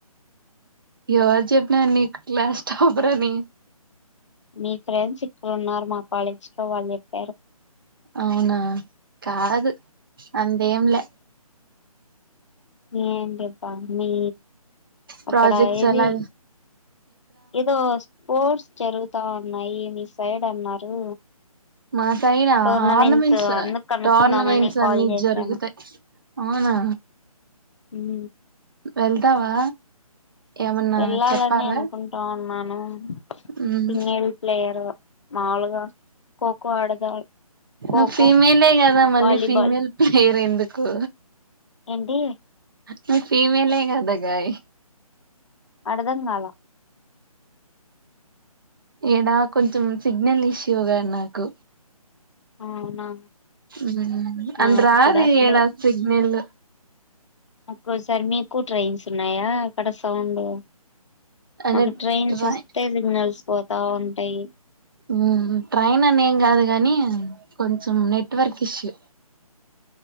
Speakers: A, on the right; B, on the left.
A: ఎవరు చెప్పినరూ నీకు క్లాస్ టాపరని
B: మీ ఫ్రెండ్స్ ఇక్కడ ఉన్నారు మా కాలేజీ లో వాళ్ళు చెప్పారు
A: అవునా కాదు అంతేం లే
B: ఏం <unintelligible> మీ
A: ప్రాజెక్ట్స్
B: అక్కడ ఏది
A: ఎలా
B: ఏదో స్పోర్ట్స్ జరుగుతా ఉన్నాయి మీ సైడ్ అన్నారు
A: మా సైడ్ ఆ
B: టోర్నమెంట్స్
A: ఆర్నమెంట్స్
B: అందుకు కనుక్కుందామని
A: టోర్నమెంట్స్
B: కాల్
A: అన్ని
B: చేశాను
A: జరుగుతాయి అవునా
B: హూ
A: వెళ్తావా ఏమన్నా
B: వెళ్ళాలనే
A: చెప్పాలా
B: అనుకుంటా ఉన్నాను.
A: మ్మ్
B: సింగల్ ప్లేయరు మాములుగా ఖో ఖో ఆడదా <unintelligible> ఖోఖో
A: నువ్వు ఫీమేలే కదా మళ్ళీ
B: వాలీబాల్
A: ఫీమేల్ ప్లేయర్ ఎందుకు?
B: ఏంటి
A: నువ్వు ఫీమేలే గదా గాయ్
B: అడ్దం కాలా
A: ఇడా కొంచెం సిగ్నల్ ఇష్యూ గా నాకు
B: అవునా
A: హుమ్
B: మాకు
A: అంద్రాది
B: కూడా అట్లే
A: ఈడ సిగ్నెల్
B: ఒక్కోసారి మీకు ట్రైన్స్ ఉన్నాయా అక్కడ సౌండ్
A: అనే
B: మాకు ట్రైన్స్
A: ట్రై
B: వస్తే సిగ్నల్స్ పోతా ఉంటాయి.
A: హుమ్ ట్రైన్ అని ఏం కాదు గానీ కొంచెం నెట్వర్క్ ఇష్యూ